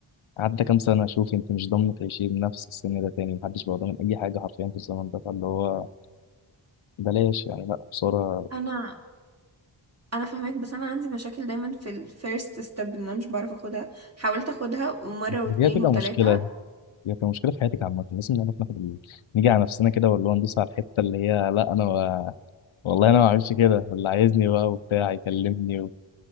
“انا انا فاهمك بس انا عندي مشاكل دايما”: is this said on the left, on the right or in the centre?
Right